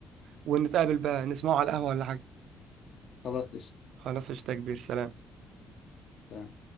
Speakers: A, on the right; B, on the left.
A: ونتقابل بقى نسمعه على القهوه ولا حاجه
B: خلاص قشطة
A: خلاص قشطة يا كبير سلام
B: تمام.